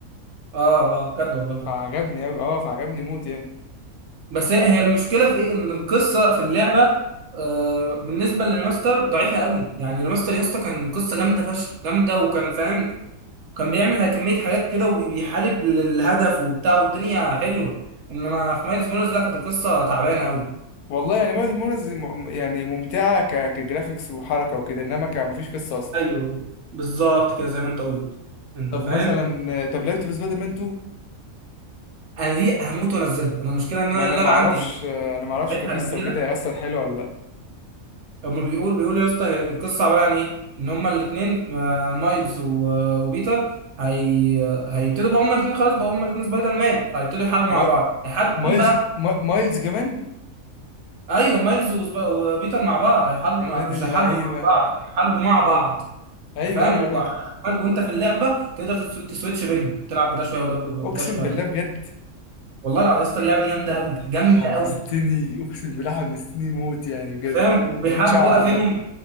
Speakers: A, on the right; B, on the left.
A: اه اه بجد والله
B: فعجبني أوي اه فعجبني موت يعني
A: بس هي هي المشكله في ايه ان القصه في اللعبه آه بالنسبه للريماستر ضعيفه قوي يعني الريماستر يا اسطى كان قصه جامده فشخ جامده وكان فاهم كان بيعمل كميه حاجات كده وبيحارب للهدف وبتاع والدنيا حلوه انما في مايلز مورز لا كانت القصه تعبانه قوي
B: والله يعني ماز مونز م- يعني ممتعة ك... كجرافيكس وحركة وكده انما ك... مفيش قصة اصلا
A: ايوه بالظبط كده زي ما انت قلت انت
B: طب
A: فاهم
B: مثلا طب لعبت في سبايدر مان 2
A: انا دي هموت وانزلها انا المشكله ان
B: ما
A: انا
B: انا
A: اللعبه
B: ما اعرفش
A: عندي
B: انا ما اعرفش
A: مساحتها
B: كقصة
A: كبيره
B: وكده هيأثر حلو ولا لا
A: هما بيقول بيقول يا اسطى هي القصه عباره عن ايه ان هما الاثنين مايلز و- آه، وبيتر هي هيبتدوا بقى هما الاثنين خلاص بقى هما الاثنين سبايدر مان فهيبتدوا يحاربوا
B: ما...
A: مع بعض هيحاربوا
B: مايلز
A: مين بقى
B: ما... مايلز كمان
A: ايوه مايلز وسب- وبيتر مع بعض هيحاربوا
B: يا
A: مع...
B: ولاد
A: مش
B: اللعيبة
A: هيحاربوا مع بعض هيحاربوا مع بعض
B: ايوه
A: انت فاهم
B: ايوه ايوه
A: وع- كمان وانت في اللعبه تقدر تسو- تسويتش بينهم تلعب بده شويه وده وده
B: اقسم
A: شويه
B: بالله بجد
A: والله العظيم يا اسطى اللعبه دي جامده
B: انت
A: قوي
B: أنت
A: جامده
B: حمستني
A: قوي
B: اقسم بالله حمستني موت يعني بجد
A: فاهم وبيحاربوا
B: ما كنتش اعرف
A: بقى
B: والله
A: فينوم